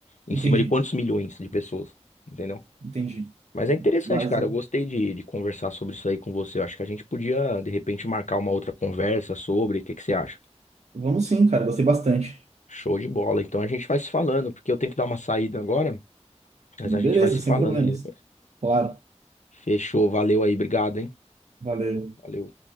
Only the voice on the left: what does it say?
Em
cima de quantos milhões de pessoas, entendeu?
Mas é interessante,
cara. Eu gostei de, de conversar sobre isso aí com você. Eu acho que a gente podia, de repente, marcar uma outra conversa sobre. O que que você acha?
Show de bola. Então a gente vai se falando, porque eu tenho que dar uma saída agora, mas
a gente vai se
falando
ali. depois.
Fechou, valeu aí, obrigado, hein?
Valeu.